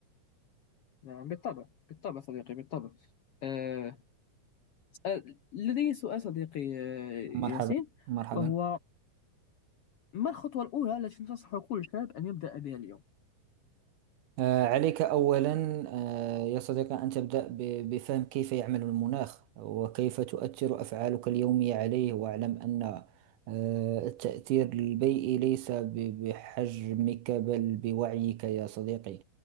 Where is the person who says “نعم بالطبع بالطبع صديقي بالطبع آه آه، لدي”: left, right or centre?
Left